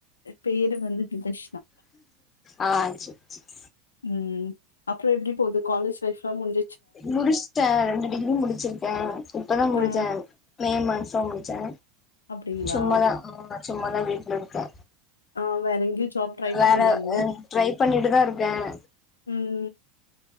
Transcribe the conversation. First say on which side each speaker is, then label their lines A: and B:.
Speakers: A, on the left; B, on the left.
A: பேரு வந்து நிதர்சனா
B: ஆ சேர் சேரி
A: ம் அப்பறம் எப்டி போது காலேஜ் லைஃப் லாங் <unintelligible>
B: முடிச்சுட்டேன் ரெண்டு டிகிரி முடிச்சிருக்கேன் இப்பதான் முடிச்சேன்
A: ஆ
B: மே மாசோ முடிச்சே
A: அப்டிங்களா
B: சும்மாதான் ஆ சும்மதான் வீட்ல இருக்க
A: ஆ வேற எங்கேயு ஜாப் ட்ரை
B: வேற
A: பண்ணலையா நீங்க
B: ட்ரை பண்ணிட்டுதான் இருக்கேன்
A: ம் ம்